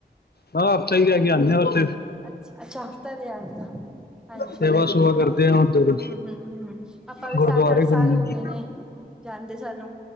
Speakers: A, on the left; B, in the centre.
A: ਹਾਂ, ਆਪ ਚ ਆਇਆ ਆਂਦੇ।
B: ਅੱਛਾ-ਅੱਛਾ, ਹਫ਼ਤੇ ਦੇ ਆਦੀ ਆ। ਹਾਂਜੀ,
A: ਸੇਵਾ ਸੁਵਾ ਕਰਦੇ
B: ਹਾਂ,
A: ਆ ਉੱਧਰ
B: ਹਮ, ਆਪਾਂ ਨੂੰ ਵੀ
A: ਗੁਰਦੁਆਰੇ
B: ਸੱਤ-ਅੱਠ ਸਾਲ
A: ਘੁੰਮਦੇ
B: ਹੋ ਗਏ ਨੇ। ਜਾਂਦੇ, ਸਾਨੂੰ